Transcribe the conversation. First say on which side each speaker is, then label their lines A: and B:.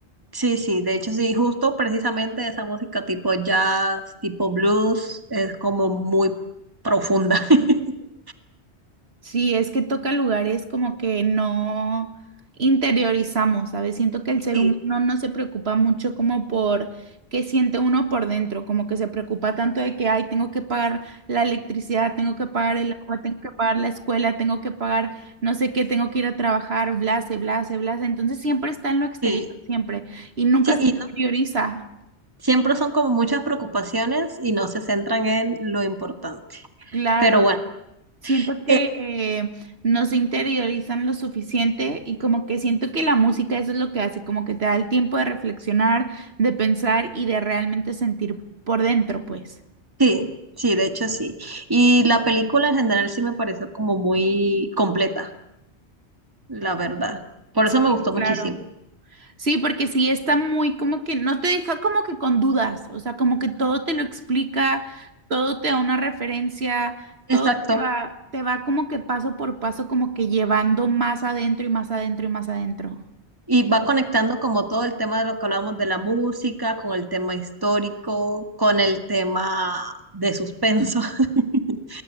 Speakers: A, on the right (about 20°); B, on the right (about 65°).
A: Sí, sí, de hecho sí, justo precisamente esa música tipo jazz, tipo blues, es como muy profunda. <laughs>
B: Sí, es que toca lugares como que no interiorizamos, ¿sabes? Siento que el ser
A: Sí,
B: humano no se preocupa mucho como por qué siente uno por dentro, como que se preocupa tanto de que, ay, tengo que pagar la electricidad, tengo que pagar el agua, tengo que pagar la escuela, tengo que pagar no sé qué, tengo que ir a trabajar, blase, blase, blase. Entonces siempre está en lo exterior,
A: sí,
B: siempre, y nunca
A: sí,
B: se interioriza.
A: y no, siempre son como muchas preocupaciones y no se centran en lo importante.
B: Claro.
A: Pero bueno,
B: Siento que
A: eh,
B: eh, no se interiorizan lo suficiente y como que siento que la música eso es lo que hace, como que te da el tiempo de reflexionar, de pensar y de realmente sentir por dentro, pues.
A: sí, sí, de hecho sí. Y la película en general sí me pareció como muy completa, la verdad. Por
B: Sí,
A: eso me gustó
B: claro.
A: muchísimo.
B: Sí, porque sí está muy como que no te deja como que con dudas, o sea, como que todo te lo explica, todo te da una referencia,
A: Exacto.
B: todo te va, te va como que paso por paso, como que llevando más adentro y más adentro y más adentro.
A: Y va conectando como todo el tema de lo que hablamos de la música, con el tema histórico, con el tema de suspenso. <laughs>